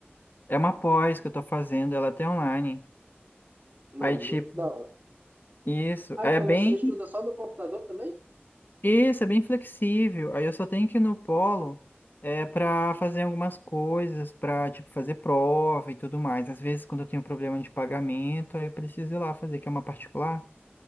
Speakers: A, on the left; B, on the right.
A: É uma pós que eu estou fazendo, ela é até online.
B: Não,
A: Aí,
B: muito
A: tipo,
B: da hora.
A: Isso,
B: Ah,
A: é
B: então
A: bem,
B: você estuda só do computador também?
A: isso, é bem flexível. Aí eu só tenho que ir no polo é para fazer algumas coisas, para tipo fazer prova e tudo mais. Às vezes quando eu tenho problema de pagamento, aí eu preciso ir lá fazer, que é uma particular.